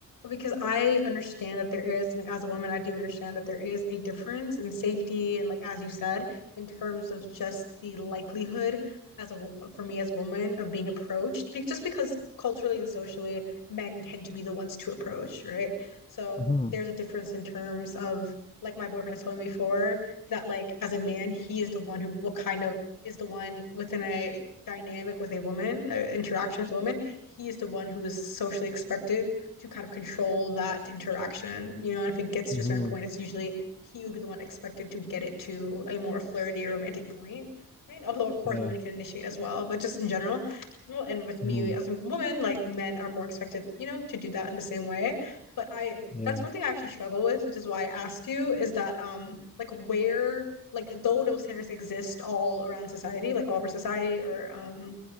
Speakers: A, on the left; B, on the left.
A: because I understand that there is, like, as a woman, I do understand that there is a difference in safety and, like, as you said, in terms of just the likelihood as a wo- for me as a woman of being approached, be just because culturally and socially, men tend to be the ones to approach, right? So
B: Mm-hmm.
A: there's a difference in terms of, like, my boyfriend has told me before that, like, as a man, he is the one who will kind of is the one within a dynamic with a woman, uh, interaction with a woman he is the one who is socially expected to kind of control that interaction you know and if it gets to
B: Mm-hmm.
A: a certain point it's usually he would be the one expected to get it to a more flirty or romantic point I mean, although of course
B: Yeah.
A: women can initiate as well, but just in general, well, and with me
B: Mm-hmm.
A: as a woman, like men are more expected, you know, to do that in the same way. But I,
B: Yeah.
A: that's one thing I actually struggle with, which is why I asked you, is that um, like where, like though those standards exist all around society, like all over society, or um,